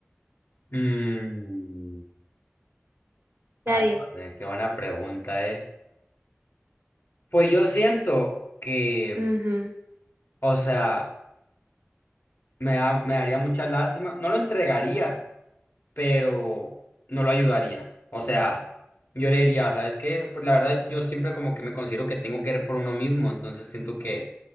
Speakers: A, on the left (about 60°); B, on the right (about 75°).
A: Mm,
B: ¿Qué
A: ah,
B: harías?
A: torre, qué buena pregunta, ¿eh? Pues yo siento que,
B: Ujú,
A: o sea, me, da- me daría mucha lástima, no lo entregaría, pero no lo ayudaría. O sea, yo le diría, ¿sabes qué? Pues la verdad, yo siempre como que me considero que tengo que ir por uno mismo, entonces siento que